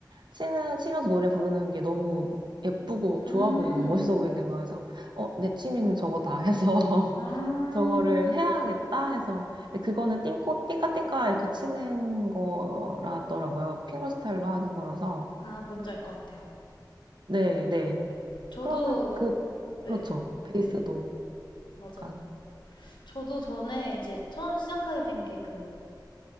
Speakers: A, on the right; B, on the left.
A: 치는, 치면서 노래 부르는 게 너무 예쁘고
B: 음,
A: 좋아 보이는, 멋있어 보이는 거여서, 어, 내 취미는 저거다 해서, <laughs>
B: 아,
A: 저거를 해야겠다 해서, 근데 그거는 띵꼬, 띵까띵까 이렇게 치는 거라더라고요. 핑거 스타일로 하는 거라서.
B: 아, 뭔지 알 것 같아요.
A: 네, 네.
B: 저도,
A: 그러면 그,
B: 네.
A: 그렇죠. 베이스도
B: 네. 맞아요.
A: 약간,
B: 저도 전에 이제 처음 시작하게 된게그